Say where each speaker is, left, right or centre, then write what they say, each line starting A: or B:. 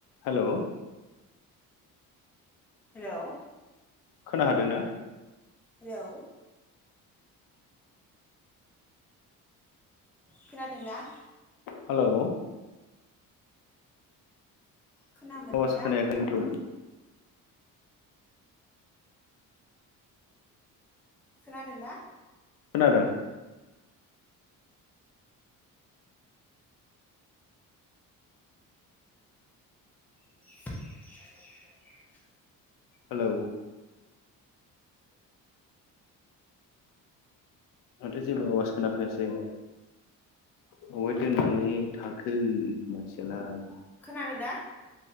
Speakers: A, on the left; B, in the centre.
A: हेल'।
B: Hello
A: खोना हादोंना
B: hello. खोनादोंना?
A: हेलौ।
B: खोना मोनदोंना
A: आवास खोनायाखै नोंखौ।
B: खोनादोंना।
A: खोनादों।
B: <inaudible>
A: हेलौ। आंथ जेबो आवास खोनाफैयासै। अबेहाय दोननानै थाखो मानसियालाय।
B: खोनादों ना